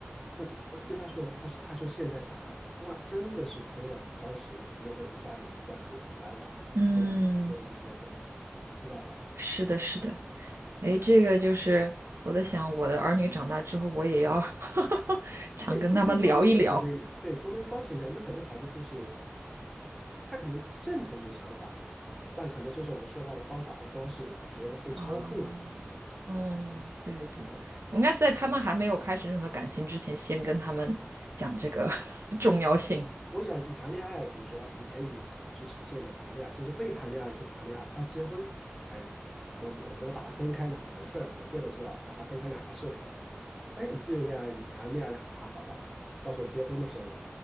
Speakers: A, in the centre; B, on the right.
A: 我就我就跟他说了，他说他说现在想他哇，真的是亏了，当时没有跟家里就断绝来往，
B: 嗯，
A: 跟他去跟他去结婚，你知道吧？
B: 是的，是的。哎，这个就是我在想，我的儿女长大之后，我也要 <laughs> 常跟他们聊一聊
A: 对，沟通方式我觉得对沟通方式一样，就很多孩子就是他可能认同你的想法，但可能就是我们说话的方法和方式觉得被操控了
B: 啊。嗯，对对对，
A: 啊。
B: 我应该在他们还没有开始任何感情之前，先跟他们讲这个 <laughs> 重要性。
A: 我想你谈恋爱，比如说你可以实去实现你的谈恋爱，就是未谈恋爱去谈恋爱，但结婚，哎，我我们得把它分开两回事儿。我觉得是啊，把它分开两个事谈。哎，你自由恋爱，你谈恋爱谈好了，到时候结婚的时候，